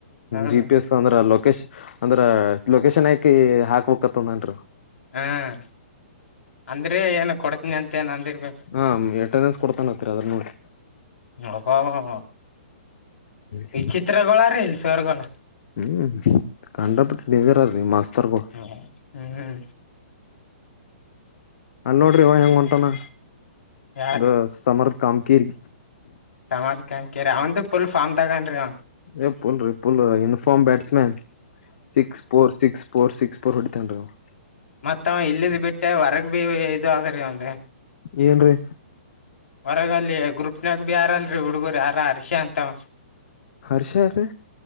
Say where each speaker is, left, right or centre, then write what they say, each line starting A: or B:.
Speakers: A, on the left; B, on the left.
A: ಹ್ಮ್
B: ಜಿ. ಪಿ. ಎಸ್ ಅಂದ್ರ ಲೊಕೇಶನ್ ಅಂದ್ರ ಲೊಕೇಶನ್ ಹಾಕಿ ಹಾಕ್ಬೇಕತ್ತಂದ್ ನೋಡ್ರಿ
A: ಹ್ಮ ಅಂದ್ರೆ ಏನು ಕೊಡ್ತನಿ ಅಂತ ಏನ್ ಅಂದಿರ್ಬೇಕು
B: ಹಾ ಎಟೆಂಡೆನ್ಸ್ ಕೊಡ್ತಾನ ಹತ್ತರಿ ಅದ್ರ ನೋಡಿ
A: ಅಬ್ಬಬಾಬಾ
B: ಹ್ಮ್
A: ವಿಚಿತ್ರಗಳ ರೀ ಇಲ್ಲಿ ಸರ್ಗಳು
B: ಹ್ಮ್ ಕಂಡಪಟ್ಟ ನಿಗರ ನೀ ಮಾಸ್ತರ್ಗ
A: ಹ್ಮ್ ಹ್ಮ್
B: ಅಲ್ಲಿ ನೋಡ್ರಿ ಅವ ಹೆಂಗ್ ಹೊಂಟನ
A: ಯಾರ
B: ಅ ಸಮರ್ ಕಾಮಕೇರಿ
A: ಸಮಧ ಕಂಕೇರಿ ಅವ್ಂದು ಫುಲ್ ಫಾರ್ಮ್ ತಗನ್ ಅವ
B: ಎ ಪುಲ್ ರೀ full uniform batsman. Six four six four six four ಹೊಡಿತನ್ ರೀ ಅವ್ನು.
A: ಮತ್ತ ಇಲ್ಲದ್ ಬಿಟ್ಟೆ ಹೊರಗ್ ಬೀಬಿ ಇದು ಅದರೀ ಅವನ್ದು.
B: ಏನ್ ರೀ
A: ಹೊರಗಲ್ಲಿ ಗ್ರೂಪ್ನಾಗ ಭ ಯಾರಲ್ರೀ ಹುಡುಗರು ಯಾರ ಹರ್ಷಿ ಅಂತ ಅವ.
B: ಹರ್ಷ ಯಾರ್ರೀ.